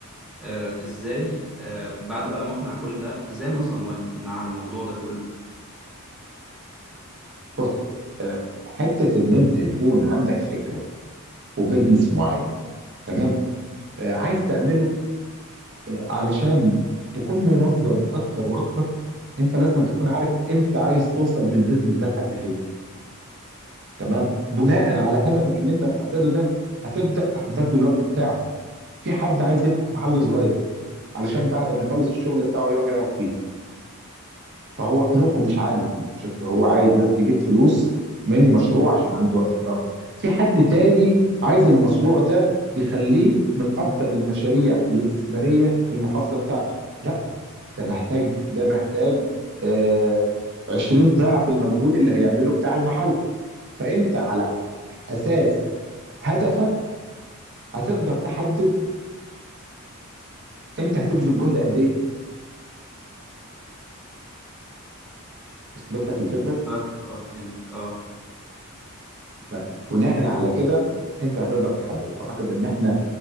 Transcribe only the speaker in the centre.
آه ازاي آه بعد بقى ما اقنع كل ده ازاي انظم وقتي مع الموضوع ده كله
فاهمك اه فهمتك اه